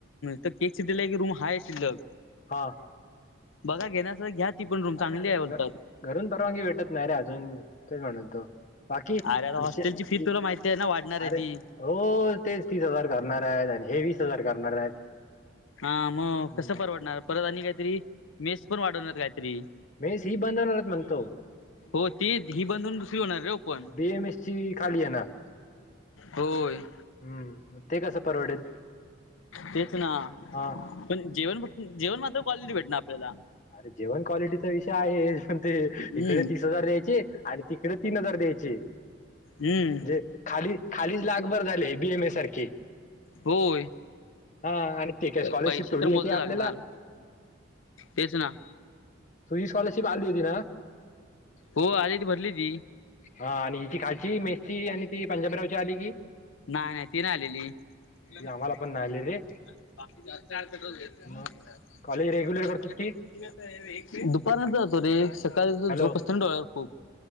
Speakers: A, on the left; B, on the left.
A: तर टेक सिटीला की रूम हाय शिल्लक.
B: हां.
A: बघा घेण्यार असला तर घ्या ती पण रूम चांगली
B: अरे,
A: आहे बोलतात
B: घरून परवानगी भेटत नाही रे अजून ते म्हणततो. बाकी
A: अरे आता
B: विशय
A: हॉस्टेलची
B: अ
A: फी तुला माहिती आहे ना वाढणार आहे
B: आरे
A: ती
B: हो तेच तीस हजार करणार आहेत आणि हे वीस हजार करणार आहेत.
A: हा मग
B: हम्म
A: कसं परवडणार परत आणि काहीतरी मेस पण वाढवणार आहेत काहीतरी.
B: मेस ही बाध होणार हेत म्हणतो.
A: हो तीच ही बंद हून, दुसरी होणार रे ओपन.
B: बीएमएस ची खाली येणार.
A: होय.
B: हम्म ते कसं परवडेल?
A: तेच ना.
B: हा.
A: पण जेवण, जेवण मात्र कॉलेजी भेटना आपल्याला.
B: अरे जेवण क्वालिटीचा विषय आहे, ते
A: हम्म
B: इकडे तीस हजार द्यायचे. आणि तिकडे तीन हजार द्यायचे,
A: हम्म
B: जे खाली खालीच लाखभर झाले, बीए मए ए सारखे.
A: होय.
B: हा आणि ते काय,
A: पैसे
B: स्कॉलरशिप थोडी
A: तर मोज
B: येते
A: लागणार
B: आपल्याला?
A: तेच ना.
B: तुजी स्कॉलरशिप आली होती ना?
A: हो आली ती भरली ती.
B: हा आणि हिची खालची मेसची आणि ती पंजाबरावची आली की
A: नाही नाही ती नाही आलेली. <unintelligible>
B: ती आम्हाला पण नाही आली रे मग कॉलेज रेग्युलर करतोस की
A: दुपारनंतर जातो रे, सकाळी
B: हॅलो
A: झोप असते ना डोळ्या हो,